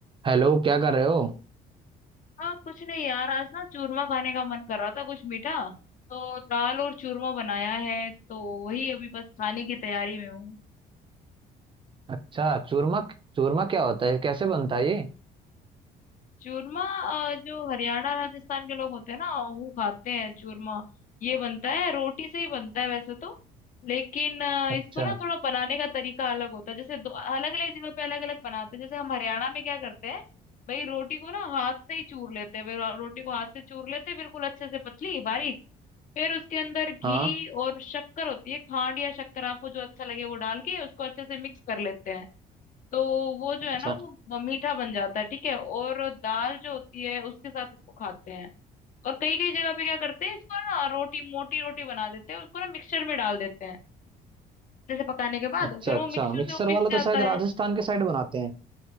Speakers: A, on the right; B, on the left.
A: Hello क्या कर रहे हो
B: हाँ कुछ नहीं यार आज ना चूरमा खाने का मन कर रहा था कुछ मीठा तो दाल और चूरमा बनाया है तो वही अभी बस खाने की तैयारी में हूँ
A: अच्छा चूरमा चूरमा क्या होता है कैसे बनता है ये
B: चूरमा अ, जो हरियाणा राजस्थान के लोग होते हैं ना वो खाते हैं चूरमा ये बनता है रोटी से ही बनता है वैसे तो लेकिन अ,
A: अच्छा
B: इसको ना थोड़ा बनाने का तरीका अलग होता है जैसे अलग अलग जगह पे अलग अलग बनाते हैं जैसे हम हरियाणा में क्या करते हैं भाई रोटी को ना हाथ से ही चूर लेते हैं भाई रो- रोटी को हाथ से चूर लेते हैं बिल्कुल अच्छे से पतली बारीक फिर उसके अंदर घी
A: हाँ
B: और शक्कर होती है खांड या शक्कर आपको जो अच्छा लगे वो डाल के उसको अच्छे से मिक्स कर लेते हैं तो वो जो
A: अच्छा
B: है ना वो वो मीठा बन जाता है ठीक है और दाल जो होती है उसके साथ इसको खाते हैं और कई कई जगह पे क्या करते हैं इसको ना रोटी मोटी रोटी बना देते हैं उसको ना मिक्सचर में डाल देते हैं जैसे पकाने के बाद
A: अच्छा
B: फिर
A: अच्छा
B: वो मिक्सचर
A: मिक्सर
B: से वो पिस
A: वाला
B: जाता
A: तो शायद
B: है
A: राजस्थान के साइड बनाते हैं